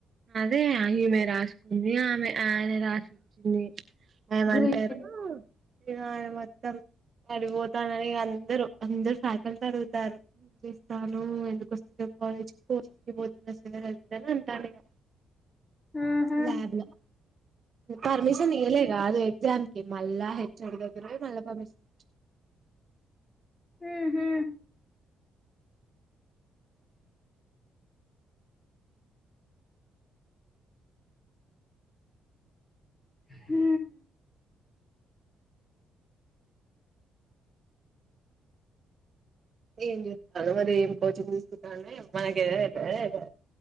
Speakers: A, on the right (about 45°); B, on the left (about 20°).
A: అదే ఈమె రాసుకుంది ఆమె ఆయన రాసిచ్చింది. ఏమంటారు
B: గ్రేట్
A: ఏదో మొత్తం అడిపోతాన్రని అందరు అందరు ఫ్యాకల్టీని అడుగుతారు. ఏం చేస్తాను ఎందుకస్తలేవు కాలేజ్ కి పోష పోతుందిసలు కందని అంటాను ఇగ
B: ఆహా
A: ల్యాబ్ ల పర్మిషన్ ఇయలెగా అది ఎక్సామ్ కి మళ్ళ హెచ్ చోడి దగ్గర వోయ్ మళ్ళ పర్మిషన్
B: ఉహు హు
A: ఏం చూస్తాను మరి ఏం కోచింగ్ తీసుకుంటా నాకేమో తెల్వదు ఏదో